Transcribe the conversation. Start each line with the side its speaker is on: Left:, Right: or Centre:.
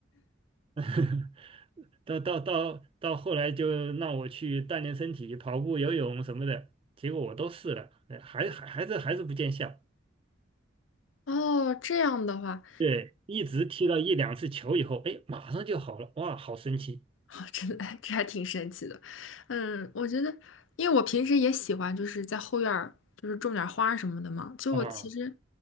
Right: <laughs> 到到到到后来就让我去锻炼身体，跑步、游泳什么的，结果我都试了，哎还还还是还是不见效。
Left: 哦，这样的话。
Right: 对，一直踢了一两次球以后，哎，马上就好了，哇，好神奇
Left: 哦，<laughs> 真的，<laughs> 这还挺神奇的。嗯，我觉得，因为我平时也喜欢，就是在后院儿，就是种点儿花儿什么的嘛。就我其实，
Right: 啊！